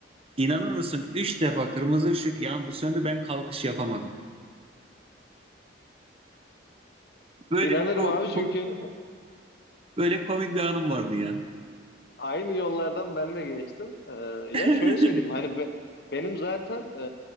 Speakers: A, on the right (about 30°); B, on the left (about 55°).
A: İnanır mısın? Üç defa kırmızı ışık yandı, söndü. Ben kalkış yapamadım. Böyle
B: İnanırım
A: bir ko-
B: abi çünkü
A: komik, böyle komik bir anım vardı ya.
B: Aynı yollardan ben de geçtim. Ee, ya
A: <laughs>
B: şöyle söyleyeyim hani be- benim zaten e,